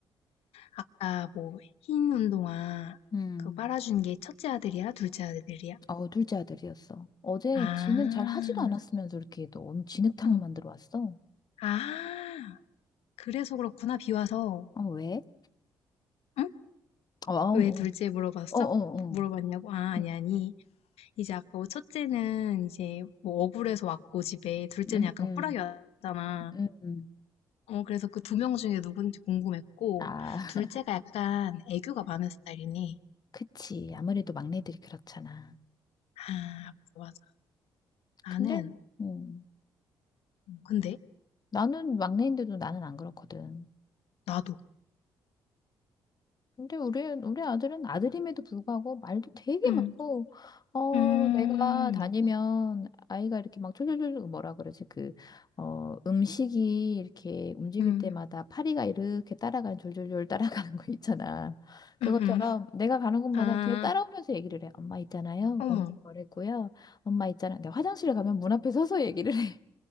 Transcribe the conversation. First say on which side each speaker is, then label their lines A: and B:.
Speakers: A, on the left (about 70°); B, on the left (about 40°).
A: 아까 뭐 흰 운동화
B: 음,
A: 그거 빨아준 게 첫째 아들이야? 둘째 아들이야?
B: 어, 둘째 아들이었어. 어제
A: 아.
B: 지는 잘 하지도 않았으면서 이렇게 너 오늘 진흙탕을
A: 어.
B: 만들어 왔어.
A: 아. 그래서 그렇구나. 비 와서.
B: 어, 왜?
A: 응?
B: 어, 어,
A: 왜 둘째 물어봤어?
B: 어, 어, 어.
A: 무- 물어봤냐고? 아, 아니,
B: 음,
A: 아니. 이제 아까 뭐 첫째는 이제 뭐 억울해서 왔고 집에 둘째는
B: 음,
A: 약간
B: 음,
A: 쿨하게 왔잖아.
B: 음. 음.
A: 어, 그래서 그 두 명 중에 누군지 궁금했고,
B: 아,
A: 둘째가
B: <laughs>
A: 약간 애교가 많은 스타일이니.
B: 그치. 아무래도 막내들이 그렇잖아.
A: 아, 맞아, 맞아. 나는,
B: 근데, 음.
A: 근데,
B: 나는 막내인데도 나는 안 그렇거든.
A: 나도.
B: 근데 우리, 우리 아들은 아들임에도 불구하고 말도 되게
A: 음,
B: 많고, 어,
A: 음,
B: 내가 다니면 아이가 이렇게 막 졸졸졸 뭐라 그러지? 그, 어, 음식이 이렇게 움직일
A: 음,
B: 때마다 파리가 이렇게 따라가는 졸졸졸 따라가는 거 있잖아. 그것처럼
A: 음, 음.
B: 내가 가는 곳마다
A: 아,
B: 뒤에 따라오면서 얘기를 해. 엄마 있잖아요.
A: 어머.
B: 오늘은 뭘 했고요. 엄마 있잖아. 내가 화장실에 가면 문 앞에 서서 얘기를 해.